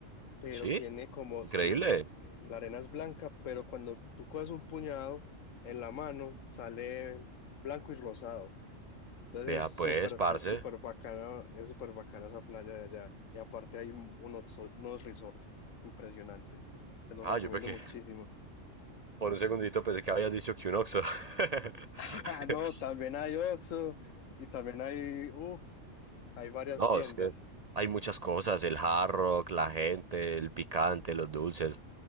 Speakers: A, on the left; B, on the right.
A: pero
B: ¿Sí?
A: tiene como,
B: Increíble.
A: sí, eh, la arena es blanca, pero cuando tú coges un puñado en la mano, sale blanco y rosado. Entonces
B: Vea
A: es súper,
B: pues, parce.
A: es súper bacana, es súper bacana esa playa de allá. Y aparte hay unos, unos resorts impresionantes. Te los
B: Ah,
A: recomiendo
B: yo pequé.
A: muchísimo.
B: Por un segundito pensé que habías dicho que un Oxxo. <laughs>
A: <laughs> Ah, no, también hay Oxxo y también hay, uf, hay varias
B: No,
A: tiendas.
B: es que hay muchas cosas, el hard rock, la gente, el picante, los dulces.